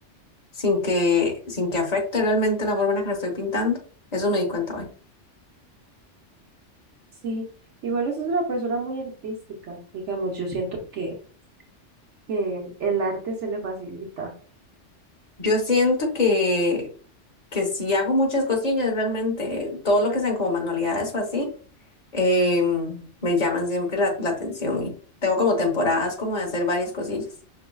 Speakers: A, on the left; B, on the right.
A: sin que, sin que afecte realmente la forma en la que la estoy pintando. Eso me di cuenta hoy.
B: Sí, igual usted es una persona muy artística, digamos, yo siento que, que el arte se le facilita.
A: Yo siento que, que si hago muchas cosillas realmente, todo lo que sean como manualidades o así, em, me llaman siempre la, la atención y tengo como temporadas como de hacer varias cosillas.